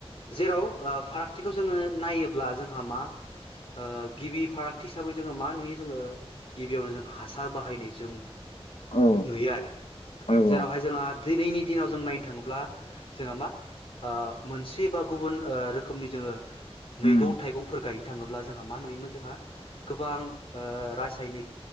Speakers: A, on the left; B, on the left.
A: जेराव ओ फाराग थिखौ जोङो नायोब्ला जोंहा मा ओ गिबि फारागथि हिसाबै जोङो मा नुयो जोङो गिबियावनो जों हासार बाहायनाय जों
B: औ
A: नुयो आरो
B: औ
A: जेरावहाय
B: औ
A: जोंहा दिनैनि दिनाव जों नाय नो थाङोब्ला जोंहा मा ओ मोनसे बा गुबुन ओ रोखोमनि जोङो मैगं
B: उम
A: थाइगंफोर गाय थाङोब्ला जोंहा मा नुयोमोन जोंहा गोबां ओ रासायनिक